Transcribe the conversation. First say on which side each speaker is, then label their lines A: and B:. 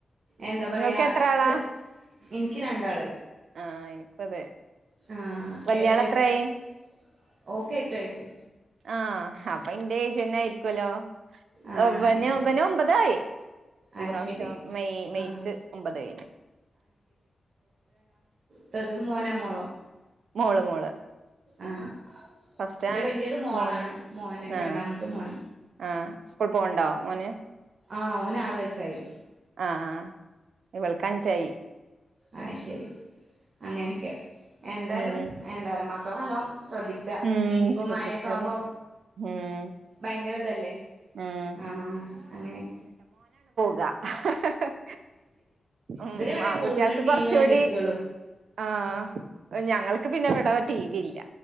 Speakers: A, on the right; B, on the right.
A: എന്താ പറയാ
B: നിങ്ങൾക്ക് എത്ര ആളാ
A: ച ഇൻക്ക് രണ്ടാൾ
B: ആഹ് എനിക്കും അതെ
A: ആഹ്
B: വല്യാള്
A: <inaudible>
B: എത്രായി
A: എട്ട് വയസ്സ്
B: ആ അപ്പൊ എന്റെ ഏജന്നെ ആയിരിക്കൊല്ലൊ
A: ആഹ്
B: അവന്
A: അത് ശരി
B: അവന് ഒമ്പതായി ഈ
A: അത്
B: പ്രാവശ്യം
A: ശരി
B: മെയ് മെയ്ക്ക്
A: ആഹ്
B: ഒമ്പതായി
A: ത്തത് മോനൊമോളോ
B: മോള് മോള്
A: ആഹ്
B: ഫസ്റ്റ്
A: ഇന്റെ
B: അ
A: വല്യത് മോളാണ്
B: മോൻ
A: മോന് രണ്ടാമത്തെ
B: ആഹ്
A: മോൻ
B: ആഹ് സ്കൂൾ പോവ്ണ്ടോ മോൻ
A: ആ ഓന് ആറു വയസ്സായി
B: ആ ഇവൾക്ക് അഞ്ചായി
A: ആ ശരി അങ്ങനെയൊക്കെ എന്തായാലും
B: ഉം
A: <inaudible> <inaudible> ശ്രദ്ധിക്കുക
B: ഉം
A: ഇനിയിപ്പോ
B: ശ്രദ്ധിക്കാതെ
A: മഴയൊക്കെ ആകുമ്പോ
B: ഉം
A: ഭയങ്കര ഇതല്ലേ
B: ഉം
A: ആ അങ്ങനെയെ
B: ഗ <unintelligible> ഉം
A: ഇവര് ഇവിടെ
B: ആൺകുട്ടികൾക്ക്
A: കൂടുതലും ടി
B: കുറച്ചുകൂടി
A: വി കണ്ടിരിക്കുള്ളൂ
B: ആ ഞങ്ങൾ പിന്നെ ഇവിടെ ടി വി ഇല്ല